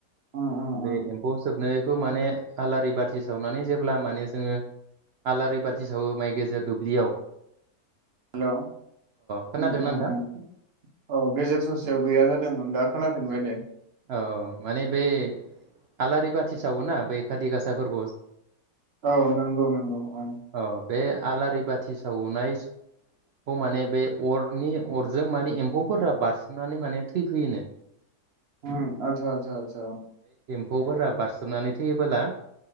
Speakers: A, on the right; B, on the right.
A: उम उम
B: बे
A: उम
B: एम्फौ सोबनो माने आलारि बाथि सावनानै जेब्ला माने जोङो आलारि बाथि सावो माइ गेजेर दु- लियाव
A: हेलौ
B: खोनादोंना
A: उ उ
B: नोंथां
A: उ गेजेट ससेयाव गैया जादोंमोन दा खोना फिनबायदे
B: औ माने बे आलारि बाथि सावोना बै खाथि गासा फोरबो
A: औ नंगौ नंगौ औ
B: अ बे आलारि बाथि सावनायखौ माने बे अरनि अरजों माने एम्फौफोरा बारसोमनानै माने थैफैयोनो
A: उ आसा आसा आसा
B: फोरा बारसोमनानै थैयोबोला